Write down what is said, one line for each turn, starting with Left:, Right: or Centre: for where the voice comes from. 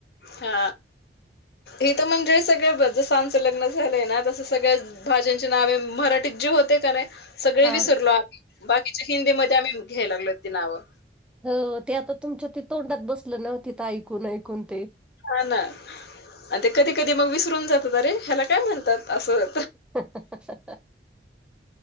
Left: हा इथ म्हणजे सगळं ब जस आमचं लग्न झालंय ना तसं सगळंच भाज्यांची नावे मराठी जी होती का नाही सगळे
Centre: हा
Left: विसरलो आ बाकीचे हिंदीमध्ये आम्ही घ्याय लागलो ती नावं.
Centre: हो ते आता तुमच्या ते तोंडात बसलं नव्ह तिथ ऐकून ऐकून ते.
Left: हा ना अन ते कधी कधी मग विसरून जातात अरे ह्याला काय म्हणतात असं.
Centre: <inaudible>